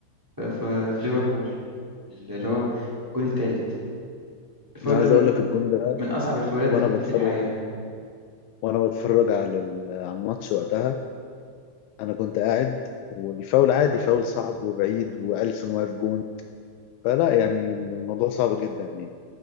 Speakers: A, in the centre; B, on the left.
A: ف- ف- في ليفربول اللي هو الجون الثالث الفاول
B: أنا عايز
A: ده من
B: أقول لك الجون ده
A: من اصعب الفاولات
B: وأنا
A: اللي
B: بتفرج
A: في الحياه
B: وأنا بتفرج على ال- على الماتش وقتها أنا كنت قاعد والفاول عادي فاول صعب وبعيد وأليسون واقف جون فلا يعني الموضوع صعب جدا يعني